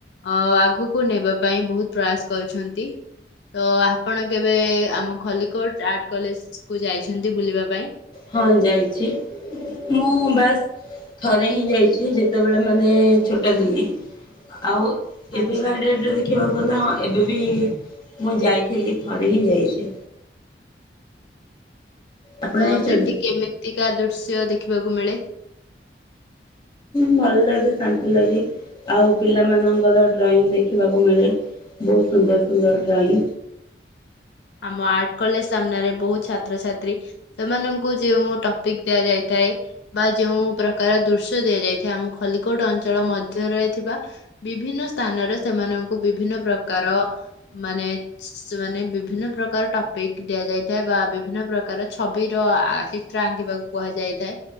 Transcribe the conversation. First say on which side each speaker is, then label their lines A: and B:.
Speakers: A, on the left (about 80°); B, on the left (about 25°).
A: ଅ ଆଗକୁ ନେବା ପାଇଁ ବହୁତ ପ୍ରୟାସ କରୁଛନ୍ତି। ତ ଆପଣ କେବେ ଆମ ଖଲିକୋଟ ଆର୍ଟ କଲେଜକୁ ଯାଇଛନ୍ତି ବୁଲିବା ପାଇଁ?
B: ହଁ ଯାଇଛି ମୁଁ ବାସ ଥରେହିଁ ଯାଇଛି ଯେତେବେଳେ ମାନେ ଛୋଟ ଥିଲି ଆଉ ଏବେକା
A: ଆଚ୍ଛା।
B: ଡେଟରେ ଦେଖିବାକୁ ଗଲେ ହଁ ଏବେବି ମୁଁ ଯାଇଥିଲି ଥରେହିଁ ଯାଇଛି। ଆପଣ
A: ତ
B: ଯାଇଛନ୍ତି?
A: ସେଠି କେମିତିକା ଦୃଶ୍ୟ ଦେଖିବାକୁ ମିଳେ।
B: ଭଲଲାଗେ ଶାନ୍ତିଲାଗେ ଆଉ ପିଲାମାନଙ୍କର ଡ୍ରଇଂ ଦେଖିବାକୁ ମିଳେ। ବହୁତ ସୁନ୍ଦର ସୁନ୍ଦର ଡ୍ରଇଂ।
A: ଆମ ଆର୍ଟ କଲେଜ ସାମ୍ନାରେ ବହୁତ ଛାତ୍ରଛାତ୍ରୀ। ସେମାନଙ୍କୁ ଯେଉଁ ଟପିକ ଦିଆ ଯାଇଥାଏ। ବା ଯେଉଁ ପ୍ରକାର ଦୃଶ୍ୟ ଦିଆଯାଇଥାଏ ଆମ ଖଲିକୋଟ ଅଞ୍ଚଳ ମଧ୍ୟରେ ଥିବା। ବିଭିନ୍ନ ସ୍ଥାନରେ ସେମାନଙ୍କୁ ବିଭିନ୍ନ ପ୍ରକାର ମାନେ ସି ସି ସେମାନେ ବିଭି ବିଭିନ୍ନ ପ୍ରକାର ଟପିକ ଦିଆଯାଇଥାଏ ବା ବିଭିନ୍ନ ପ୍ରକାର ଛବିର ଚିତ୍ର ଆଙ୍କିବାକୁ। କୁହାଯାଇଥାଏ